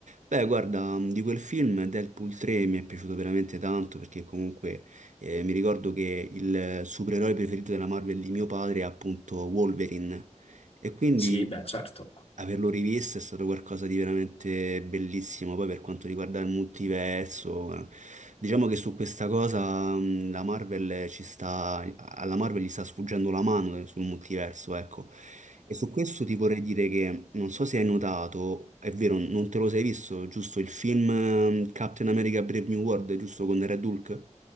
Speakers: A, on the right; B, on the left.
A: Beh, guarda, mm, di quel film Deadpool 3 mi è piaciuto veramente tanto perché comunque eh, mi ricordo che il supereroe preferito della Marvel di mio padre è appunto Wolverine e quindi
B: Sì, beh, certo.
A: averlo rivisto è stato qualcosa di veramente bellissimo. Poi per quanto riguarda il multiverso, eh, diciamo che su questa cosa mh, la Marvel ci sta, alla Marvel gli sta sfuggendo la mano sul multiverso, ecco. E su questo ti vorrei dire che non so se hai notato, è vero, non te lo sei visto, giusto il film ehm, Captain America Brave New World, giusto con Red Hulk?